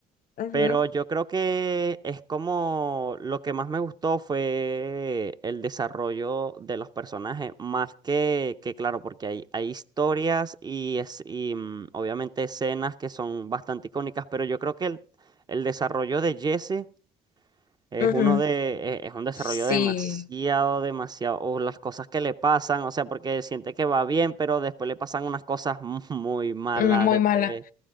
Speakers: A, on the left; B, on the right.
A: Ujú,
B: Pero yo creo que es como lo que más me gustó fue el desarrollo de los personajes, más que, que claro, porque hay, hay historias y, es, y mm, obviamente escenas que son bastante icónicas, pero yo creo que el, el desarrollo de Jesse es
A: ujú.
B: uno de, eh, es un desarrollo
A: Sí,
B: demasiado, demasiado, o las cosas que le pasan, o sea, porque siente que va bien, pero después le pasan unas cosas <laughs> mu- muy malas,
A: mm, muy
B: después
A: mala.